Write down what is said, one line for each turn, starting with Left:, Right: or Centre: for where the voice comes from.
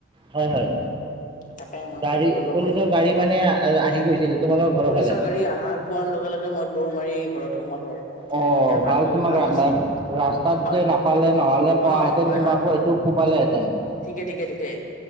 Right: হয় হয়।
Left: তাকে মই
Right: গাড়ী,
Left: ভাবিলো অলপমান
Right: পুলিচৰ গাড়ী মানে আহি গৈছিল তোমালোকৰ ঘৰৰ
Left: পুলিচৰ
Right: ফালে।
Left: গাড়ী আহাৰ পোৱাৰ লগে লগে মই দৌৰ মাৰি ঘৰতে সোমালো আৰু। মানে
Right: অ'
Left: তেতিয়া ভাবিলো
Right: ভাল তোমাক <unintelligible>
Left: বাচিলো
Right: ৰাস্তাত
Left: হয়
Right: যে নাপালে, নহলে
Left: অ
Right: পোৱাহেঁতেন
Left: হয়
Right: তোমাকো
Left: হয়
Right: হয়টো কোবালেহেতেন।
Left: ঠিকে ঠিকে ঠিকে